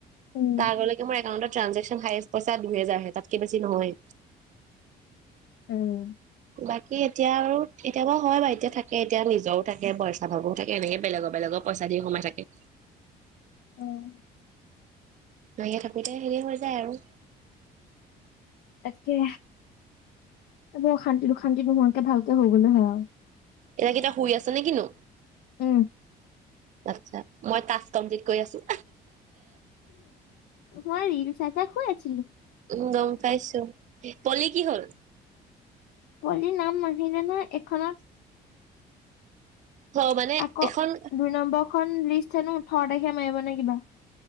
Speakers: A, on the left; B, on the right.
A: উম,
B: তাৰ আগলৈকে মোৰ একাউন্টত ট্ৰানজেক্সন হায়েষ্ট পইচা দুহেজাৰ হে তাত কে বেছি নহয়।
A: উম
B: বাকী এতিয়া আৰু, এতিয়া বাৰু হয় বা এতিয়া থাকে । এতিয়া নিজও থাকে, পইচা পাবও থাকে, এনে বেলেগৰ - বেলেগৰ পইচা দি সোমাই থাকে।
A: উম।
B: উলিয়াই থাকোঁতে হেৰি হৈ যায় আৰু।
A: তাকে। এ ব অশান্তি - দুুশান্তি নোহোৱাকে ভালকে হৈ গলে হয় আৰু।
B: এইকেইটা শুই আছ ছে নে কিনো?
A: উম
B: আচ্ছা, মই কাষ্টম ঠিক কৰি আছোঁ।
A: মই ৰিল চাই - চাই শুই আচিলোঁ।
B: উম, গম পাইছোঁ। পলি কি হ'ল?
A: পলিৰ নাম নাহিলে ন' এখনত।
B: অ মানে
A: আক'
B: এখন
A: দুই নম্বৰখন লিষ্ট হেনো ওঠৰ তাৰিখে য়া মাৰিব নে কিবা?